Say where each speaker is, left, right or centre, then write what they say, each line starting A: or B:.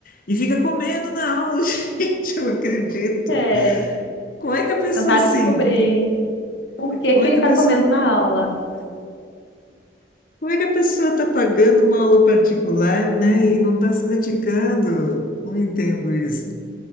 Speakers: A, on the left (about 50°); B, on the left (about 75°).
A: e fica comendo na aula. <laughs> Gente, eu não acredito.
B: É,
A: Como é que a pessoa
B: tentar
A: assim,
B: descobrir por que
A: como
B: que
A: é
B: ele
A: que
B: tá
A: a pessoa,
B: comendo na aula.
A: como é que a pessoa está pagando uma aula particular, né, e não está se dedicando? Não entendo isso.